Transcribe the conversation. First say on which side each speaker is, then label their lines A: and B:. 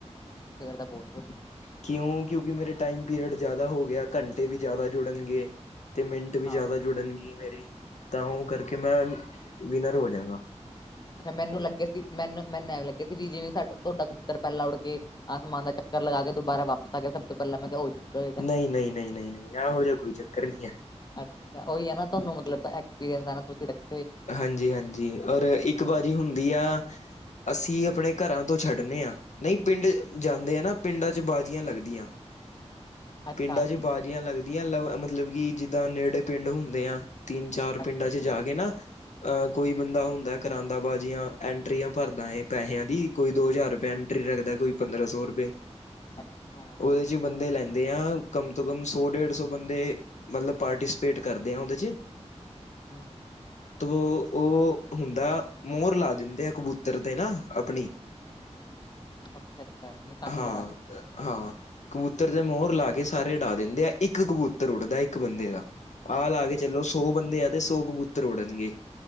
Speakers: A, on the left; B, on the left.
A: ਫੇਰ ਤਾਂ ਬਹੁਤ ਵਧੀਆ
B: ਕਿਉਂ? ਕਿਉਂਕੀ, ਮੇਰੇ ਟਾਈਮ ਪੀਰੀਅਡ ਜ਼ਿਆਦਾ ਹੋਗਿਆ, ਘੰਟੇ ਵੀ ਜ਼ਿਆਦਾ ਜੁੜਨਗੇ। ਅਤੇ, ਮਿੰਟ ਵੀ, ਜ਼ਿਆਦਾ
A: ਹਾਂ
B: ਜੁੜਨਗੇ ਮੇਰੇ। ਤਾਂ, ਉਹ ਕਰਕੇ ਮੈਂ, ਵਿਨਰ ਹੋ ਜਾਂਗਾ।
A: ਅੱਛਾ, ਮੈਨੂੰ ਲੱਗਿਆ ਸੀ, ਮੈਨੂੰ, ਮੈਨੂੰ ਐਂ ਲੱਗਿਆ ਸੀ, ਵੀ, ਜਿਵੇਂ ਤੁਹਾਡਾ ਕਬੂਤਰ ਪੈਲਾ ਉੜ ਕੇ ਆਸਮਾਨ ਦਾ ਚੱਕਰ ਲਗਾਕੇ, ਦੁਬਾਰਾ ਵਾਪਸ ਆਗਿਆ ਸਭ ਤੋਂ ਪਹਿਲਾਂ ਮੈਂ ਕਿਹਾ, ਓਹੀ
B: ਨਹੀਂ ਨਹੀਂ ਨਹੀਂ ਨਹੀਂ ਨਹੀਂ ਇਹੋ ਜਿਹਾ ਕੋਈ ਚੱਕਰ ਨਹੀਂ ਹੈ
A: ਅੱਛਾ, ਉਹੀ ਹੈ ਨਾ, ਤੁਹਾਨੂੰ ਮਤਲਬ ਤੁਸੀ। <unintelligible>
B: ਹਾਂਜੀ-ਹਾਂਜੀ, ਔਰ, ਇੱਕ ਬਾਜੀ ਹੁੰਦੀ ਆ ਅਸੀਂ, ਅਪਣੇ ਘਰਾਂ ਤੋਂ ਛੱਡਨੇ ਹਾਂ। ਨਹੀਂ, ਪਿੰਡ ਜਾਂਦੇ ਆ ਨਾ, ਪਿੰਡਾਂ'ਚ ਬਾਜ਼ੀਆਂ ਲੱਗਦੀਆਂ।
A: ਅੱਛਾ
B: ਪਿੰਡਾਂ'ਚ ਬਾਜ਼ੀਆਂ ਲੱਗਦੀਆਂ ਲ, ਮਤਲਬ ਕਿ, ਜਿੱਦਾਂ ਨੇੜੇ ਪਿੰਡ ਹੁੰਨੇ ਆ। ਤਿੰਨ ਚਾਰ
A: ਅੱਛਾ
B: ਪਿੰਡਾਂ
A: ਅੱਛਾ
B: ਚ ਜਾ ਕੇ ਨਾ ਅਹ ਕੋਈ ਬੰਦਾ ਹੁੰਦਾ ਕਰਾਂਦਾ ਬਾਜ਼ੀਆਂ। ਐਂਟਰੀਆਂ ਭਰਦਾ ਹੈ ਪੈਸਿਆਂ ਦੀ ਕੋਈ ਦੋ ਹਜ਼ਾਰ ਰੁਪਏ ਐਂਟਰੀ ਰੱਖਦਾ ਕੋਈ ਪੰਦਰਾਂ ਸੌ ਰੁਪਏ।
A: ਅੱਛਾ
B: ਉਹਦੇ ਚ ਬੰਦੇ ਲੈਂਦੇ ਆ ਕਮ ਤੋਂ ਕਮ ਸੌ ਡੇਢ ਸੌ ਬੰਦੇ। ਮਤਲਬ, ਪਾਰਟੀਸਪੇਟ ਕਰਦੇ ਹਾਂ, ਉਹਦੇ'ਚ
A: ਹੂੰ
B: ਤੋ, ਉਹ ਹੁੰਦਾ, ਮੋਰ ਲਾ ਦਿੰਦੇ ਆ ਕਬੂਤਰ ਤੇ ਨਾ, ਆਪਣੀ।
A: ਅੱਛਾ ਅੱਛਾ ਨਿਸ਼ਾਨੀ
B: ਹਾਂ।
A: ਲਗਾ ਦਿੱਤੀ ਹੈ।
B: ਹਾਂ, ਕਬੂਤਰ ਤੇ ਮੋਹਰ ਲਾਕੇ ਸਾਰੇ ਉਡਾ ਦਿੰਦੇ ਆ, ਇੱਕ ਕਬੂਤਰ ਉੱਡਦਾ ਇੱਕ ਬੰਦੇ ਦਾ। ਆਹ ਲਾਕੇ ਚੱਲੋ, ਸੌ ਬੰਦੇ ਆ ਤੇ, ਸੌ ਕਬੂਤਰ ਉੜਨਗੇ।